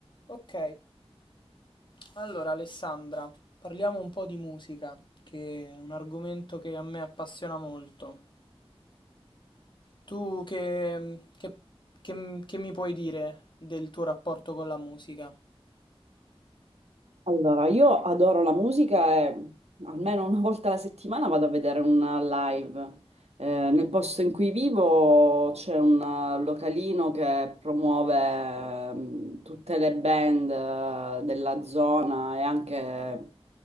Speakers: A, on the left; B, on the right.
A: Ok, allora Alessandra, parliamo un po' di musica, che è un argomento che a me appassiona molto. Tu che, che- che- che mi puoi dire del tuo rapporto con la musica?
B: Allora, io adoro la musica e almeno una volta alla settimana vado a vedere un live. Eh, nel posto in cui vivo c'è un eh, localino che promuove mm, tutte le band eh, della zona e anche